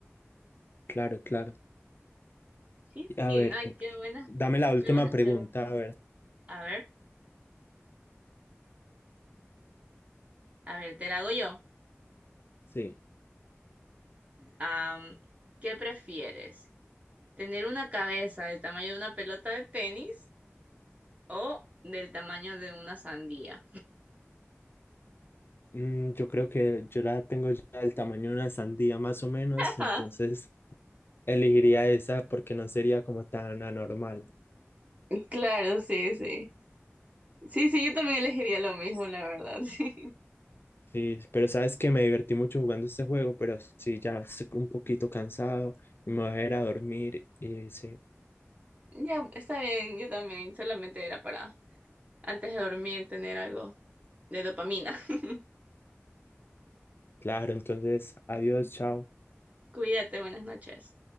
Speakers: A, on the left; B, on the right.
A: Claro, claro.
B: Sí, sí,
A: A ver,
B: ay, qué buenas,
A: dame la última
B: qué buenas
A: pregunta,
B: preguntas.
A: a ver.
B: A ver, a ver, te la hago yo.
A: Sí,
B: Am, ¿qué prefieres? ¿Tener una cabeza del tamaño de una pelota de tenis? o del tamaño de una sandía.
A: Mm, yo creo que yo la tengo ya del tamaño de una sandía más o menos,
B: Ah,
A: entonces elegiría esa porque no sería como tan anormal.
B: Claro, sí, sí. Sí, sí, yo también elegiría lo mismo, la verdad, <laughs> sí.
A: Sí, pero sabes que me divertí mucho jugando este juego, pero sí, ya estoy un poquito cansado y me voy a ir a dormir y sí,
B: Ya, está bien, yo también. Solamente era para antes de dormir tener algo de dopamina. <laughs>
A: claro, entonces adiós, chao.
B: Cuídate, buenas noches.